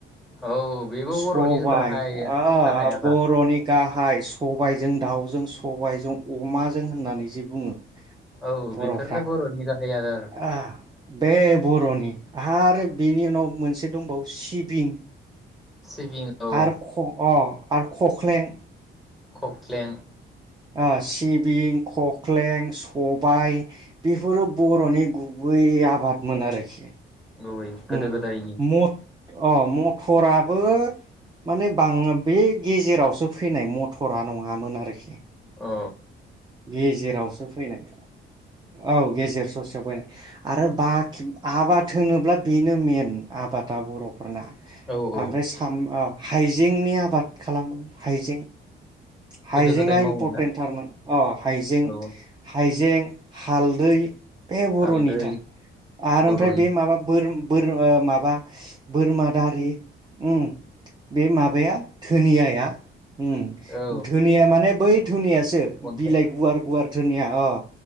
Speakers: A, in the centre; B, on the right (about 20°).
A: औ बेबो
B: सबाइ
A: बर'नि गाहाय
B: आ
A: गाहाय आबाद
B: बर'नि गा हाय सबाइजों दाउजों सबाइजों अमाजों होननानै जे बुङो।
A: औ
B: बर'फ्रा
A: बेफोरनो बर'नि गा बे <unintelligible>
B: आ बे बर'नि आरो बेनि उनाव मोनसे दंबावो सिबिं।
A: सिबिं औ
B: आरो ख अ। आर कक्लें।
A: कक्लें।
B: ओ सिबिं ककलें स हबाय बेफोरो बर'नि गुबै आबादमोन आरोखि
A: गुबै गोदो
B: ओम
A: गोदायनि
B: मत अ म टराबो माने बाङो बे गेजेरावसो फैनाय मटरा नङामोन आरोखि
A: ओ
B: गेजेरावसो फैनाय औ गेजेर ससेयाव बायनाय आरो बाखि आबाद होनोब्ला बेनो मेन आबादा बर'फोरना
A: औ औ
B: आमफाय सामबाम हाइजेंनि आबाद खालामो हाइजें हाइजेंआ
A: गोदो गोदाय मावोमोन
B: इम्परटेन्टथारमोन
A: ना
B: अ हाइजें
A: औ
B: हाइजें हालदै बे बर'निथार
A: हालदै
B: आरो
A: बर'नि
B: ओमफ्राय बे माबा बोरोम बोर माबा बोरमा दारि ओम बे माबाया धोनियाया उम
A: औ
B: धोनिया माने बै धुनियासो
A: अन्थाइ
B: बिलाइ गुवार गुवार धोनिया अ